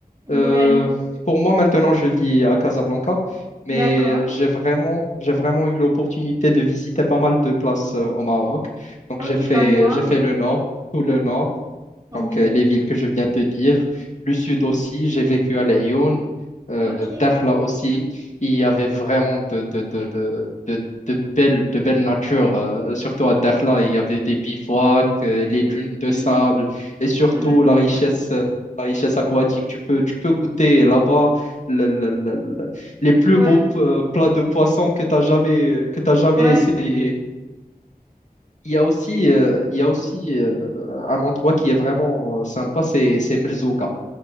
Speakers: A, on the right; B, on the left.
A: Ouais,
B: Euh, pour moi, maintenant, je vis à Casablanca, mais
A: d'accord.
B: j'ai vraiment, j'ai vraiment eu l'opportunité de visiter pas mal de places euh, au Maroc. Donc,
A: Ok,
B: j'ai fait,
A: comme quoi?
B: j'ai fait le nord, tout le nord.
A: Oui,
B: Donc, euh, les villes que je viens de dire, le sud aussi, j'ai vécu à Laayoune, euh,
A: ok.
B: Dakhla aussi. Il y avait vraiment de, de, de, de, de- de belles, de belles natures, euh, surtout à Dakhla. Il y avait des bivouacs, euh, les dunes de
A: Mhm.
B: sable et surtout
A: Ouais,
B: la richesse, euh, la richesse aquatique. Tu peux, tu peux goûter là-bas le- le- le- le- les plus
A: ouais.
B: beaux euh, plats de poissons que tu as jamais, que tu jamais
A: Ouais.
B: essayé il y a aussi, euh, il y a aussi euh, un endroit qui est vraiment euh, sympa, c'est c'est Merzouga.